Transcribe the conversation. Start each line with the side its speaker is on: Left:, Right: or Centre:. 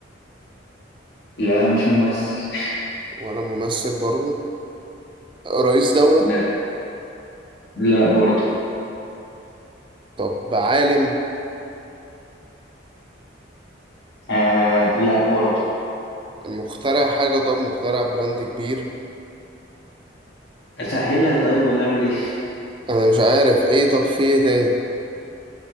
Left: لا مش ممثل
Right: ولا ممثل برضو رئيس دولة
Left: لا لا برضو
Right: طب عالم
Left: آه لا برضو
Right: مخترع حاجة طب مخترع براند كبير
Left: اسهلها طيب ولا اعمل ايه
Right: أنا مش عارف إيه طب في إيه تاني